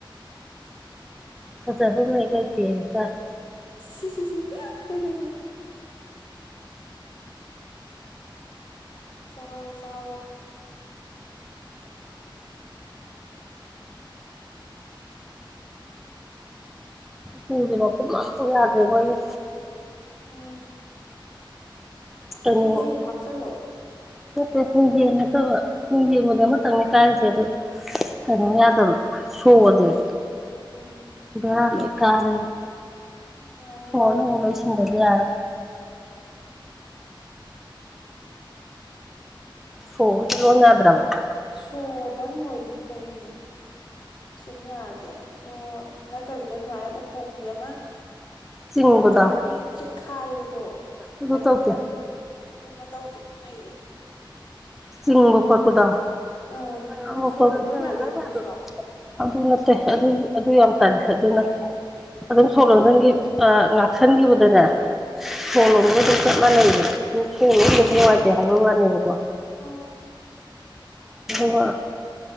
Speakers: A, in the centre; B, on the left.
A: ꯐꯖꯐꯝ ꯍꯦꯛ ꯂꯩꯇꯦꯍꯦ ꯇꯔꯦ
B: ꯍꯦ ꯍꯦ ꯍꯦ ꯍꯦ ꯍꯦ ꯆꯥꯍꯧꯔꯣ ꯆꯥꯍꯧꯔꯣ
A: ꯄꯨꯖꯦꯕꯧ ꯃꯈꯨꯝ ꯑꯝꯕꯣꯛ ꯌꯥꯗ꯭ꯔꯦ ꯑꯩꯈꯣꯏꯒꯤ
B: ꯎꯝ
A: ꯀꯅꯣ
B: ꯃꯤꯡꯖꯦꯜ ꯍꯥꯞꯆꯜꯂꯣ
A: ꯅꯠꯇꯦ ꯃꯤꯡꯖꯦꯜ ꯅꯠꯇꯕ ꯃꯤꯡꯖꯦꯝꯕꯨꯗꯤ ꯑꯃꯇꯪꯅꯦ ꯀꯥꯏꯔꯤꯁꯦ ꯑꯗꯣ ꯀꯩꯅꯣ ꯌꯥꯗꯕ ꯁꯣꯖꯦ
B: ꯎꯝ
A: ꯕꯦꯔꯥ ꯂꯣꯏ ꯀꯥꯔꯦꯕ
B: ꯑꯣ
A: ꯁꯣ ꯑꯅꯧꯕ ꯂꯣꯏ ꯁꯤꯟ ꯁꯤꯟꯗꯗꯤ ꯌꯥꯔꯣꯏ
B: ꯎꯝ
A: ꯁꯣ ꯑꯝꯇ ꯂꯣꯟ ꯌꯥꯗ꯭ꯔꯕ
B: ꯁꯣꯗꯪ ꯑꯣꯏꯗꯤ ꯐꯩꯅꯦ ꯁꯤꯟ ꯌꯥꯔꯗꯤ ꯑꯗꯣ ꯅꯠꯇꯕꯤꯗ ꯁꯨꯃꯥꯏꯅ ꯎꯄꯨꯒꯤ ꯑꯃ
A: ꯆꯤꯡꯕꯗꯣ
B: ꯅꯣꯡꯀꯥꯏ ꯆꯥꯕꯒꯤ ꯆꯦꯛꯈꯥꯏꯕꯗꯣ
A: ꯑꯗꯨ
B: ꯄꯩꯊ
A: ꯇꯧꯗꯦ
B: ꯑꯗꯨ ꯃꯇꯧꯗꯗꯤ ꯐꯩꯌꯦ
A: ꯆꯤꯡꯕ ꯈꯣꯠꯄꯗꯣ
B: ꯑꯥ
A: <unintelligible>
B: ꯍꯣꯏ ꯁꯣꯔ ꯂꯣꯟ ꯌꯥꯗꯦꯅ ꯑꯗꯨꯁꯨ
A: ꯑꯗꯨ ꯅꯠꯇꯦ ꯑꯗꯨ ꯑꯗꯨ ꯌꯥꯝ ꯇꯜ ꯑꯗꯨ ꯅꯠꯇꯦ ꯑꯗꯨꯝ ꯁꯣ ꯂꯣꯟꯖꯟꯒꯤ ꯉꯥꯛꯁꯟꯈꯤꯕꯗꯅꯦ
B: ꯎꯝ
A: ꯁꯣ ꯂꯣꯟꯕꯒ ꯗꯨꯝ ꯆꯞ ꯃꯥꯅꯩꯕ ꯁꯣ
B: ꯎꯝ
A: ꯂꯣꯟꯗꯕꯁꯦ ꯅꯨꯉꯥꯏꯇꯦ ꯍꯥꯏꯕ ꯋꯥꯅꯦꯕꯀꯣ
B: ꯎꯝ
A: ꯑꯗꯨꯒ